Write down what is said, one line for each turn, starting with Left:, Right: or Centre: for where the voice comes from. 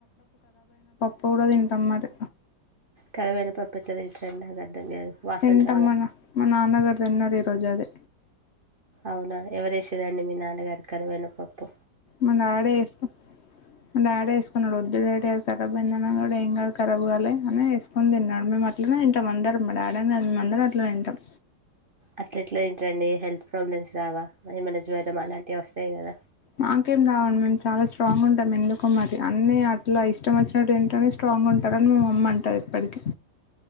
Left: పోరా తింటాం మరి
Right: కరువైన పప్పు ఎట్లా తెచ్చినా నాకు అర్థం కాదు వాసన
Left: తింటాం
Right: రాదా
Left: అనా మా నాన్నగారు తిన్నారు ఈ రోజు అదే
Right: అవునా ఎవరేసేదండి మీ నాన్నగారి కరువైనపప్పు
Left: మా డాడీ వేసు మా డాడీ వేసుకున్నాడు వద్దు డాడీ అంటే కరమైందా అని అన్నాడు ఏం కాదు కరాబ్ కాలే అని వేసుకొని తినదు మేము అట్లనే తింటాం అందరం మా డాడీ అనా అందరం అట్లనే తింటాం
Right: అట్లెట్ల తింటరండి హెల్త్ ప్రాబ్లమ్స్ రావా ఏమైనా జ్వరం అలాంటివి వస్తాయి కదా
Left: మాకేం రావండి మేము చాలా స్ట్రాంగ్ ఉంటాము ఎందుకో మరి అన్నీ అట్లా ఇష్టం వచ్చినట్టు తింటేనే స్ట్రాంగ్ ఉంటారుని మా మమ్మీ అంటారు ఇప్పటికీ